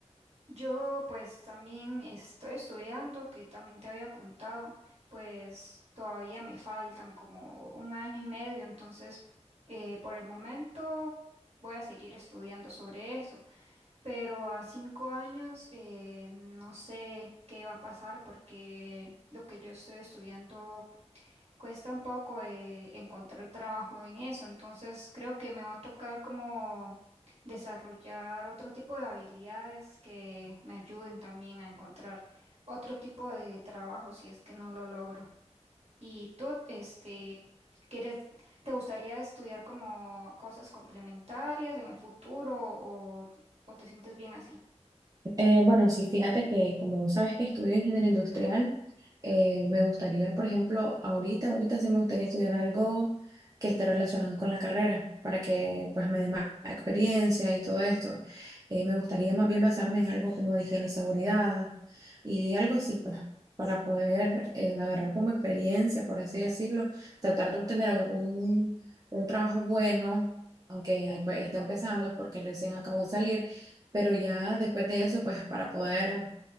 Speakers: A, on the right; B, on the right.
A: Yo pues también estoy estudiando, que también te había contado, pues todavía me faltan como un año y medio, entonces eh, por el momento voy a seguir estudiando sobre eso, pero a cinco años eh, no sé qué va a pasar porque lo que yo estoy estudiando cuesta un poco eh, encontrar trabajo en eso, entonces creo que me va a tocar como desarrollar otro tipo de habilidades que me ayuden también a encontrar otro tipo de trabajo si es que no lo logro. ¿Y tú, este, quieres, te gustaría estudiar como cosas complementarias en el futuro o, o te sientes bien así?
B: Eh, bueno, sí, fíjate que como vos sabes que estudio ingeniería industrial, eh, me gustaría, por ejemplo, ahorita, ahorita sí me gustaría estudiar algo que esté relacionado con la carrera, para que pues me dé más experiencia y todo esto. Eh, me gustaría más bien basarme en algo como de higiene y seguridad y algo así, pues, para poder eh, agarrar como experiencia, por así decirlo, tratar de obtener un, un trabajo bueno, aunque pues esté empezando porque recién acabo de salir pero ya después de eso, pues para poder